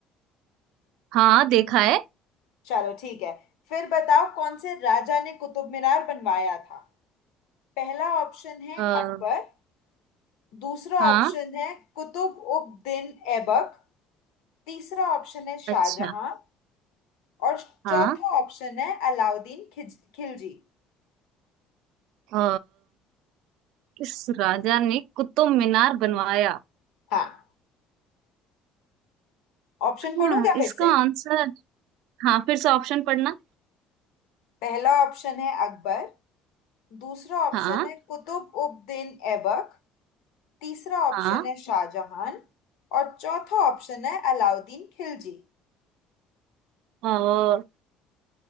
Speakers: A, on the right; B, on the left.
A: हाँ देखा है
B: चलो ठीक है फिर बताओ कौन से राजा ने कुतुब मीनार बनवाया था पहला ऑप्शन है
A: आ,
B: अकबर दूसरा
A: हाँ
B: ऑप्शन है कुतुब उद दीन ऐबक तीसरा ऑप्शन है शाहजहां
A: अच्छा
B: और चौथा
A: हाँ
B: ऑप्शन है अलाउद्दीन खिज खिलजी
A: अ, किस राजा ने कुतुब मीनार बनवाया
B: हाँ ऑप्शन पढ़ूं
A: हाँ,
B: क्या
A: इसका
B: फिर से
A: आंसर हाँ फिर से ऑप्शन पढ़ना
B: पहला ऑप्शन है अकबर दूसरा ऑप्शन
A: हाँ
B: है कुतुब उद दीन ऐबक तीसरा ऑप्शन
A: हाँ
B: है शाहजहां और चौथा ऑप्शन है अलाउद्दीन खिलजी
A: अ,